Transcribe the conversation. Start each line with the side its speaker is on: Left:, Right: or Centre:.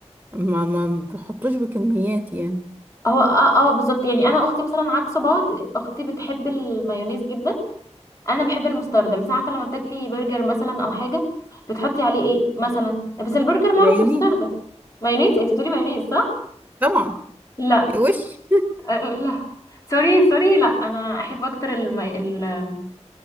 Right: ما ما بحطوش بكميات يعني
Left: هو اه اه بالظبط يعني انا واختي مثلا عكس بعض اختي بتحب المايونيز جدا انا بحب المستردة مش عارفه لما بتاكلي برجر مثلا او حاجه بتحطي عليه ايه مثلا بس البرجر معروف
Right: مايونيز
Left: مستردة مايونيز انت بتقولي مايونيز صح
Right: طبعا
Left: لا
Right: وش
Left: أه، أه، لا سوري سوري لا انا احب اكتر المي... ال-